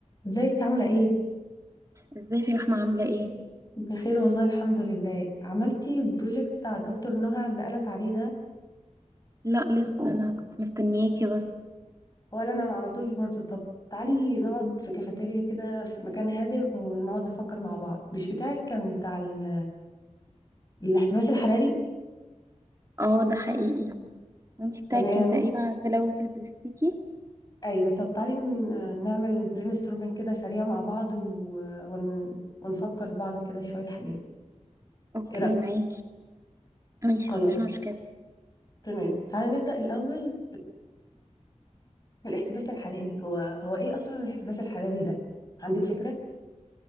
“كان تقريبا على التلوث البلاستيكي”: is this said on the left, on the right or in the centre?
Right